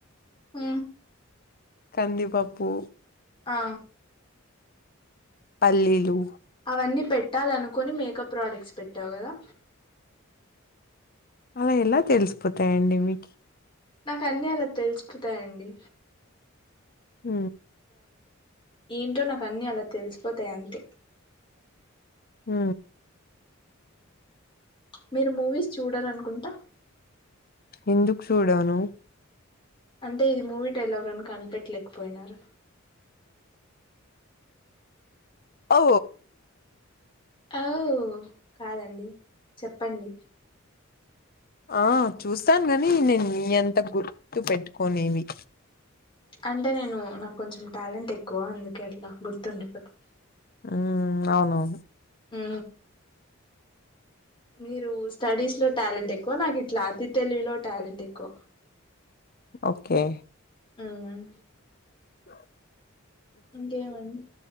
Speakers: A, on the left; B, on the left.
A: ఉ
B: కందిపప్పు
A: ఆ
B: పల్లీలు
A: అవన్నీ పెట్టాలనుకుని మేకప్ ప్రోడక్ట్స్ పెట్టావు కదా.
B: అల ఎలా తెలిసిపోతాయండి మీకి?
A: నాకన్నీ అలా తెలుసిపోతాయండి.
B: ఊ
A: ఏంటో నాకన్ని అలా తెలిసిపోతాయి అంతే
B: ఉ
A: మీరు మూవీస్ చూడరనుకుంటా
B: ఎందుకు చూడను?
A: అంటె ఇది మూవీ డైలాగ్ అని కనిపెట్టలేకపోయినారు.
B: ఓ
A: ఓ కాదండి చెప్పండి
B: ఆ చూస్తాను గాని నేను నీ అంత గుర్తు పెట్టుకోనేవి.
A: అంటే నేను నాకు కొంచెం టాలెంట్ ఎక్కువ అందుకే అట్లా గుర్తుండిపోతాయ్.
B: ఉ అవునవును
A: ఊ మీరు స్టడీస్ లో టాలెంట్ ఎక్కువ నాకు ఇట్లా అతి తెలివిలో టాలెంట్ ఎక్కువ.
B: ఓకె
A: ఉమ్మ్
B: ఆ
A: ఇంకేమండి